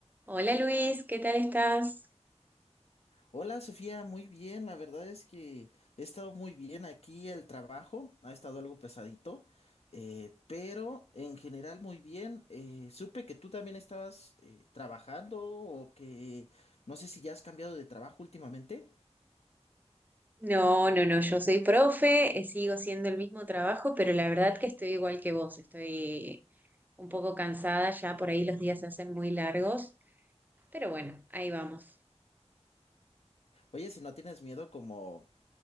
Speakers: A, on the right (about 15°); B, on the left (about 60°).
A: Hola Luis, ¿qué tal estás?
B: Hola Sofía, muy bien, la verdad es que he estado muy bien aquí, el trabajo ha estado algo pesadito, eh, pero en general muy bien. Eh, supe que tú también estabas eh, trabajando o que no sé si ya has cambiado de trabajo últimamente.
A: No, no, no, yo soy profe, eh, sigo siendo el mismo trabajo, pero la verdad que estoy igual que vos, estoy un poco cansada, ya por ahí los días se hacen muy largos, pero bueno, ahí vamos.
B: Oye, si no tienes miedo como